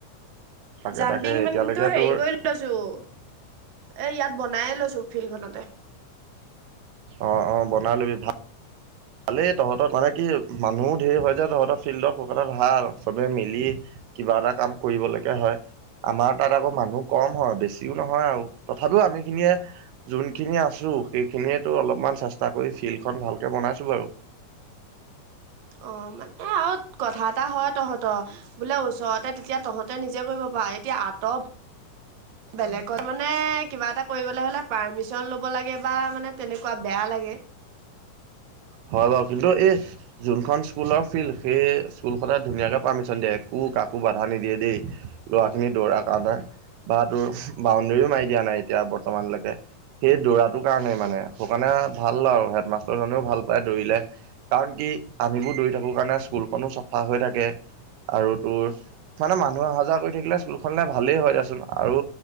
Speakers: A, on the right; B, on the right.
A: তাকে
B: জাম্পিং
A: তাকে
B: মানটো
A: এতিয়ালৈকে
B: হেৰি
A: তোৰ
B: কৰিল লৈছোঁ এ, ইয়াত বনাই লৈছোঁ ফিলখনতে।
A: অ', অ', বনা ললি ভা ভালেই তহঁত্ মানে কি মানুহও ধে হয় যে তহঁত ফিল্ডত <unintelligible> ভাল চবে মিলি কিবা এটা কাম কৰিবলেকে হয়। আমাৰ তাত আকৌ মানুহ কম হয় বেছিও নহয় আৰু তথাপিও আমি খিনিয়ে যোনখিনি আছোঁ সেইখিনিয়ে তোৰ অলপমান চেষ্টা কৰি ফিলখন ভালকে বনাইছোঁ বাৰু।
B: অ', মা এ, আওত কথা এটা হয় তহঁত্ বোলে ওচৰতে তেতিয়া তহঁতে নিজে কৰিব <unintelligible> এতিয়া আঁতপ বেলেগ <unintelligible> মানে কিবা এটাক কৰিবলে হ'লে পাৰ্মিচন ল'ব লাগে বা মানে তেনেকুৱা বেয়া লাগে।
A: হয় বাও কিন্তু এস যোনখন স্কুলৰ ফিল সে স্কুলখনে ধুনীয়াকে পাৰ্মিচন দিয়ে একো কাকো বাধা নিদিয়ে দেই। ল'ৰা খিনি দৌৰা কাম হে বা তোৰ বাউণ্ডেৰীও মাৰি দিয়া নাই এতিয়া বৰ্তমানলেকে। সেই দৌৰাটো কাৰণে মানে সৌকাণে ভাল আৰু হেডমাষ্টৰ জনেও ভাল <unintelligible> দৌৰিলে কাৰণ কি আমিবোৰ দৌৰি থাকোঁ কাৰণে স্কুলখনো চফা হৈ থাকে। আৰু তোৰ মানে মানুহ অহা যোৱা কৰি থাকিলে স্কুলখনলে ভালেই হয় দেচোন আৰু